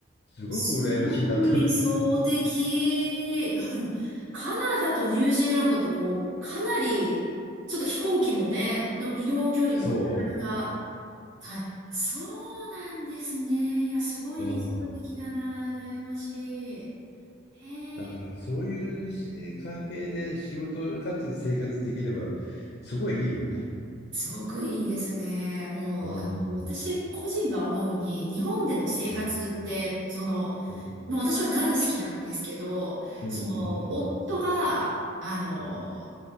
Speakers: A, on the left; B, on the right.
A: すごく羨ましいなったって、
B: すごく理想的。いや、でも、カナダとニュージーランドってこう、かなり、ちょっと飛行機もね、の移動距離もなかなか
A: そ
B: 大変、そうなんですね。いや、すごい理想的だな。
A: う、うん、
B: 羨ましい。へえ。
A: だからそういうし関係で仕事かつ生活できればすごいいいよね、
B: すごくいいですね。もう、
A: うん、
B: あの、
A: うん、
B: 私個人が思うに、日本での生活って、
A: うん、
B: その、
A: うん
B: もう私は大好きなんですけど、
A: うん
B: その、夫が、あの、
A: うん、うん、